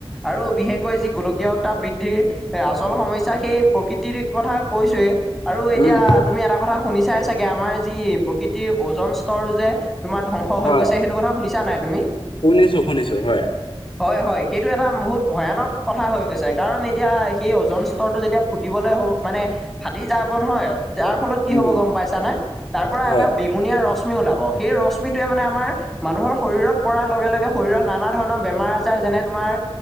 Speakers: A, in the centre; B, on the left.
A: আৰু বিশেষ, কৈ যি গোলকীয়তা বৃদ্ধিৰ এ আচল সমস্যা সেই প্ৰকৃতিৰ কথা কৈছোয়েই, আৰু এতিয়া
B: উম।
A: তুমি এটা কথা। শুনি চাই চাগে আমাৰ যি প্ৰকৃতিৰ ওজন স্তৰ যে তোমাৰ ধ্বংস হৈ
B: হয়
A: গৈছে সেই, টো কথা শুনিছা নাই তুমি।
B: শুনিছো শুনিছো হয়।
A: হয় হয় সেইটো এটা বহুত ভয়ানক। কথা হৈ গৈছে কাৰণ এতিয়া সেই ওজন স্তৰটো যেতিয়া ফুটিবলৈ হ মানে, ফাটি যাব নহয় তাৰ ফলত কি
B: উম
A: হ'ব গম পাইছানে তাৰ পৰা
B: হয়
A: এটা বেঙুনীয়া ৰশ্মি ওলাব। সেই ৰশ্মিটোৱে মানে আমাৰ। মানুহৰ শৰীৰত পৰাৰ লগে লগে শৰীৰত নানা ধৰণৰ বেমাৰ আজাৰ যেনে তোমাৰ